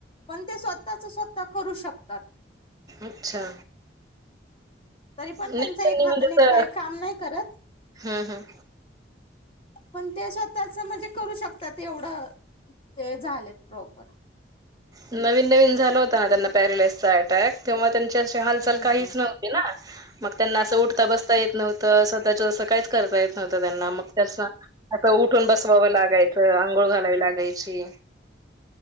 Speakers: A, on the left (about 30°); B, on the right (about 20°).
A: पण ते स्वतःच स्वतः करू शकतात.
B: अच्छा
A: तरी पण
B: नाही
A: त्यांचा,
B: त्यांनी
A: एक हात
B: म्हणजे
A: आणि एक
B: तर
A: पाय काम नाही करत
B: हं हं.
A: पण ते स्वतःच म्हणजे करू शकतात, एवढं ते झालेत प्रॉपर
B: नवीन नवीन झाला होता आ त्यांना पॅरलाइसचा अटॅक तेव्हा त्यांची अशी हालचाल
A: हम्म
B: काहीच नव्हती ना? मग त्यांना असं उठता बसता येत नव्हतं, स्वतःच असं काहीच करता येत नव्हतं त्यांना, मग तेच ना आता उठून बसवावं लागायचं, आंघोळ घालावी लागायची